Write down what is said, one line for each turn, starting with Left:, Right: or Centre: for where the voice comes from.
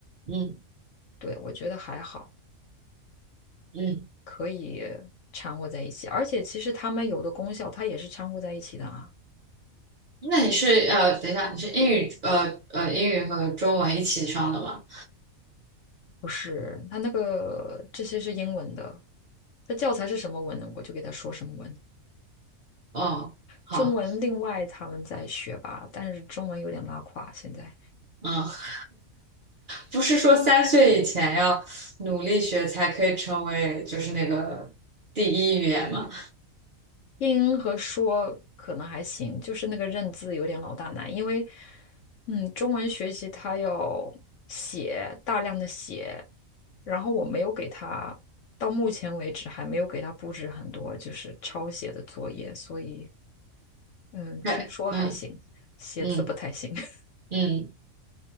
Right: 嗯
Left: 对，我觉得还好。
Right: 嗯。
Left: 可以掺和在一起，而且其实它们有的功效它也是掺和在一起的啊，
Right: 那你是呃，等一下，你是英语呃呃英语和中文一起上的吗？
Left: 不是？它那个这些是英文的，它教材是什么文呢？我就给它说什么文，
Right: 哦，好。
Left: 中文另外他们在学吧，但是中文有点拉垮现在。
Right: 嗯。不是说三岁以前要努力学才可以成为就是那个第一语言嘛？
Left: 听和说可能还行，就是那个认字有点老大难，因为，嗯，中文学习它要写，大量的写，然后我没有给他，到目前为止还没有给他布置很多就是抄写的作业，所以，嗯，听说还行，
Right: 对，嗯
Left: 写字不太行，
Right: 嗯
Left: <laughs>
Right: 嗯嗯。